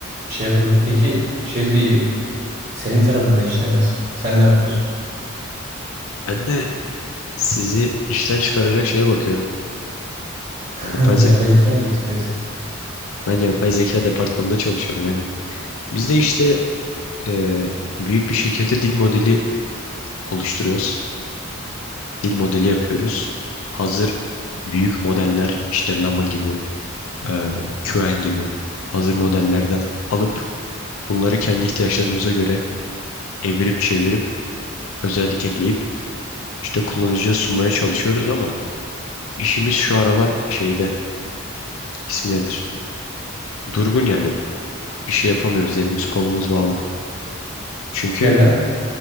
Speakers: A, on the right; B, on the left.
A: bir şey yapabilir. Peki şey diyecek. Senin tarafında işler nasıl? Sen ne yapıyorsun?
B: Ben de sizi işten çıkaracak şeye bakıyorum.
A: <laughs>
B: Yapay zeka.
A: Yapay zeka mı geliştiriyorsun?
B: Ben yapay zeka departmanında çalışıyorum aynen. Biz de işte eee, büyük bir şirkete dil modeli oluşturuyoruz. dil modeli yapıyoruz. Hazır büyük modeller işte Llama gibi, e, Qwen gibi hazır modellerden alıp bunları kendi ihtiyaçlarımıza göre evirip çevirip özellik ekleyip işte kullanıcıya sunmaya çalışıyoruz ama işimiz şu aralar şeyde ismi nedir? Durgun yani bir şey yapamıyoruz elimiz kolumuz bağlı. Çünkü
A: Neden?